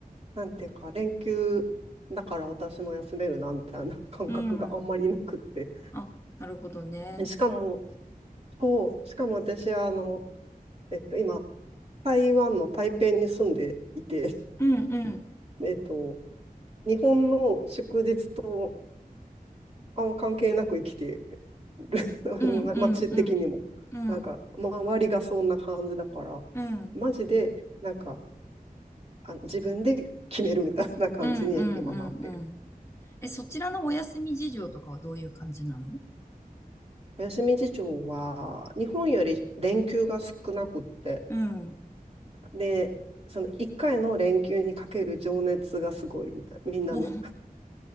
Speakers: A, on the right; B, on the left.
A: なんていうか、連休だから私も休めるな、みたいな <laughs> 感覚があんまりなくって。
B: うん。あ、なるほどね。
A: しかも、そう、しかも私はあの、えっと、今、台湾の台北に住んでいて、
B: うん、うん。
A: <laughs> えっと、日本の祝日とあんま関係なく生きてる、<laughs>
B: うん、うん、
A: 街的にも。
B: うん。うん、
A: なんか、周りがそんな感じだから、
B: うん。
A: マジで、なんか、あ、自分で決めるみたいな感じに今なってる。
B: うん、うん、うん、うん。え、そちらのお休み事情とかはどういう感じなの
A: お休み事情は、日本より連休が少なくって、
B: うん。
A: で、その1回の連休にかける情熱がすごいみたいな。みんなね、
B: おお